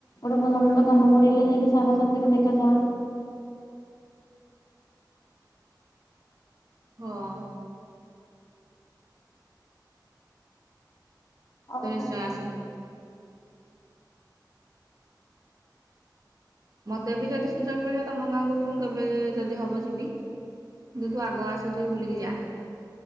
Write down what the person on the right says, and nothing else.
ହଁ।
ତୁ ନିଶ୍ଚୟ ଆସୁ ମୋତେ ବି ଯଦି ସୁଯୋଗ ମିଳିବ ତମ ଗାଁକୁ ବି ମୁଁ କେବେ ଯଦି ହବ ଯିବି, କିନ୍ତୁ ତୁ ଆଗ ଆସେ ଟିକେ ବୁଲିକି ଯା।